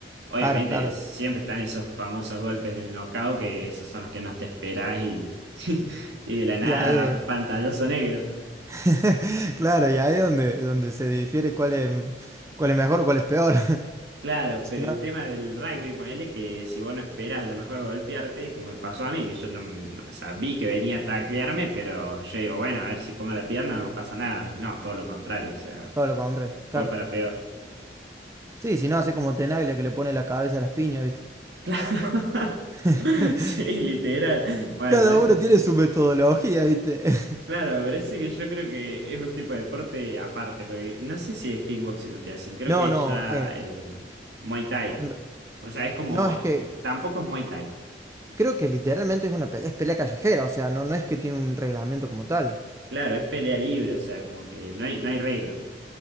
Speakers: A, on the right; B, on the right.
A: Obviamente
B: Claro, claro.
A: siempre están esos famosos golpes del knockout que esos son los que no te esperás y, <laughs> y de la nada
B: Y ahí, eh,
A: pantallazo negro.
B: <laughs> claro, y ahí es donde, donde se difiere cuál es, cuál es mejor o cuál es peor. <laughs>
A: Claro,
B: Si
A: pero
B: no,
A: el tema del rugby, ponele que si vos no esperás a lo mejor golpearte, como me pasó a mí, que yo no, no, o sea, vi que venía a taclearme, pero yo digo, bueno, a ver si pongo la pierna no pasa nada. Y no, todo lo contrario, o sea,
B: todo lo contrario, claro.
A: fue para peor.
B: Sí, si no, hace como Tenaglia que le pone la cabeza a las piñas, ¿viste?
A: <laughs> Claro.
B: <laughs>
A: Sí, literal. Bueno,
B: Cada
A: pero ese,
B: uno tiene su metodología, ¿viste? <laughs>
A: claro, pero ese que yo creo que es un tipo de deporte aparte, porque no sé si es kickboxing lo que hacen, creo
B: No,
A: que es
B: no,
A: ya
B: em,
A: eh, Muay Thai.
B: en
A: O
B: re-
A: sea, es como,
B: no, es que
A: tampoco es Muay Thai.
B: creo que literalmente es una pelea, es pelea callejera, o sea, no, no es que tiene un reglamento como tal.
A: Claro, es pelea libre, o sea, como que no hay, no hay reglas.